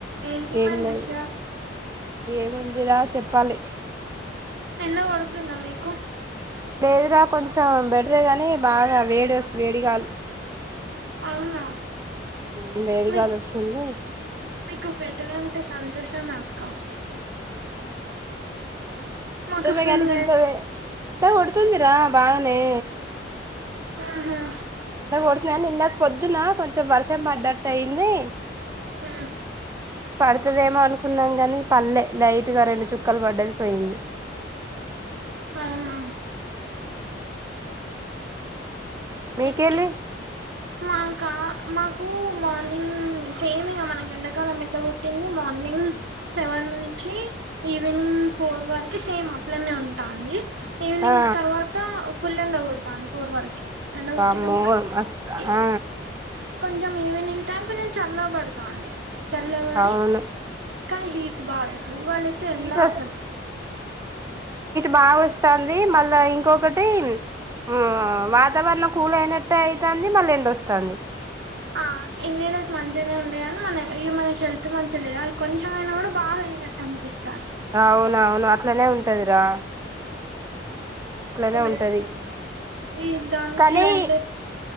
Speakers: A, on the right (about 75°); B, on the right (about 15°).
A: ఏంటి
B: ఏం
A: మరి
B: లేదు
A: విషయాలు.
B: ఏముందిరా చెప్పాలి.
A: ఎండ కొడుతుందా మీకు
B: లేదురా కొంచెం బెటరే గాని బాగా వేడి వేడి గాలి
A: అవునా
B: మ్ వేడి
A: మీ
B: గాలి వస్తుంది.
A: మీకు బెటర్ అంటే సంతోషమే అక్కా
B: ఇష్టమే
A: మాకు ఫుల్
B: కానీ ఇంత వేడా ఎండ కొడుతుందిరా బాగానే
A: మ్ హూ
B: ఎండక్ పడతయన్ ఎండక్ పొద్దున కొంచమ్ వర్షం పడ్డట్టు అయింది
A: ఆ
B: పడతదేమో అనుకున్నాం గాని పల్లె లైట్ గా రొండు చుక్కల్ పడ్డది పెయింది
A: ఔనా
B: మీకెళ్ళి
A: ఇంక్య మాకా మాక్ కు మానింగ్ చేమింగ్ మనకి ఎండాకాలం ఎట్లా కొట్టింది మానింగ్ సెవెనున్ కీ ఈవినింగ్ ఫోర్ వరకి సేమ్ అట్లనే ఉంటాంది ఈవినింగ్
B: ఆ
A: తర్వాత ఫుల్ ఎండగోడతాంది ఫోర్ వరికి ఎండ కోట్టినంక
B: వామ్మో మస్త్
A: ఈ
B: ఆ
A: కొంచెం ఈవినింగ్ టైం కొంచెం చల్లబడతాంది చల్లబడి
B: అవును
A: కానీ హీట్ బా అయితది ఇవాళ్ళైతే
B: హీట్
A: ఎండ అసల్
B: బావోస్తంది మళ్ళా ఇంకొకటి ఊవా వాతావరణం కూల్ అయినట్టే అయ్ తంది మళ్ళీ ఎండోస్తంది
A: ఆ ఎన్ని డేస్ మంచిగనే ఉండే కానీ మన ఇ మనకి హెల్త్ మంచిగా లేదు అది కొంచెం అయినా కూడా బాగయ్ ఇన ట్టన్ పిస్
B: ఔనౌనువు అట్లనే ఉంటదిరా అట్లనే
A: అదే
B: ఉంటది
A: ఈ దానికి
B: కనీ
A: అంటే